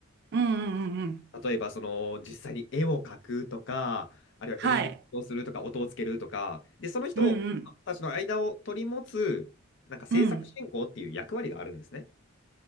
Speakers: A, on the right; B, on the left.
A: うんうんうんうん。
B: 例えば、その、実際に絵を描くとか、あるいは演出をするとか、
A: はい。
B: 音をつけるとか、で、その人たちの間を取り持つ、
A: うんうん
B: なんか制作進行っていう役割があるんですね。
A: うん。